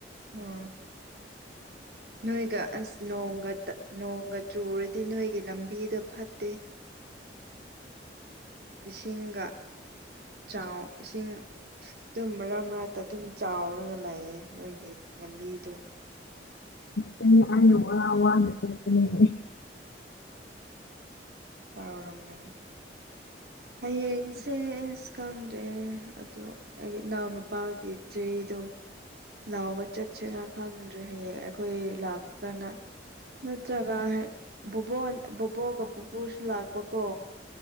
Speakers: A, on the right; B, on the left.
A: ꯎ ꯅꯣꯏꯒ ꯑꯁ ꯅꯣꯡꯒ ꯅꯣꯡꯒ ꯆꯨꯔꯗꯤ ꯅꯣꯏꯒꯤ ꯂꯝꯕꯤꯗꯣ ꯐꯠꯇꯦ ꯏꯁꯤꯡꯒ ꯆꯥꯎ ꯏꯁꯤꯡ ꯑꯗꯨꯝ ꯃꯔꯥ ꯃꯔꯠꯇ ꯑꯗꯨꯝ ꯆꯥꯎꯔꯒ ꯂꯩꯌꯦ ꯅꯣꯏꯒꯤ ꯂꯝꯕꯤꯗꯣ
B: ꯁ ꯍꯥꯏ ꯋꯥ ꯋꯥꯅ ꯆꯦꯄꯅꯦꯅꯤ <inaudible>
A: ꯐꯔꯕꯅꯦ
B: <unintelligible>
A: ꯍꯌꯦꯡꯁꯦ ꯑꯁ ꯈꯪꯗ꯭ꯔꯦ ꯑꯗꯣ ꯑꯩꯒꯤ ꯏꯅꯥꯎꯅꯨꯄꯥꯒꯤ ꯖꯦꯗꯣ ꯂꯥꯎꯕ ꯆꯠꯁꯤꯔꯥ ꯈꯪꯗ꯭ꯔꯦ ꯍꯌꯦꯡ ꯑꯩꯈꯣꯏ ꯂ ꯅ ꯅꯠꯇ꯭ꯔꯒ ꯕꯣꯕꯣ ꯕꯨꯕꯣꯛꯒ ꯄꯨꯁꯨ ꯂꯥꯛꯄꯀꯣ